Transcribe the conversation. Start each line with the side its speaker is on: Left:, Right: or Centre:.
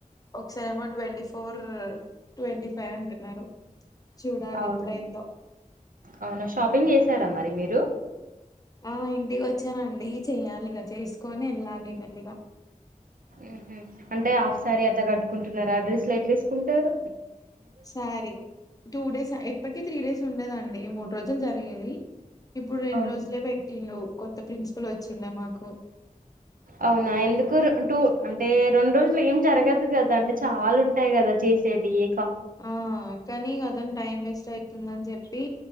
Left: ఒకసారిమో ట్వంటీ ఫోర్ ట్వంటీ ఫైవ్ అంటున్నారు చూడాలి
Right: అవును
Left: ఎప్పుడైద్దో
Right: అవునా షాపింగ్ చేసారా మరి మీరు <inaudible>
Left: ఆ ఇంటికి వచ్చానండి చెయ్యాలిగా చేసుకొని వెళ్ళాలి మెల్లిగ
Right: ఊహు అంటే హాఫ్ సారి అట్ల కట్ట కుంటున్నారు డ్రెస్ లు ఎట్ల వేసుకుంటరు
Left: సారీ టూ డేస్ ఇప్పటికి త్రీ డేస్ ఉండేదండి మూడు రోజులు జరిగేది ఇప్పుడు రెండు
Right: అవును
Left: రోజులే పెట్టిండు కొత్త ప్రిన్సిపల్ వచ్చిండే మాకు
Right: అవునా ఎందుకు రె టూ అంటే రెండు రోజులు ఏం జరగదు కదా అంటే చాలా ఉంటాయి కదా చేసేటీవీ
Left: ఆ కానీ అదని టైం వేస్ట్ అవుతుందని చెప్ప చెప్పి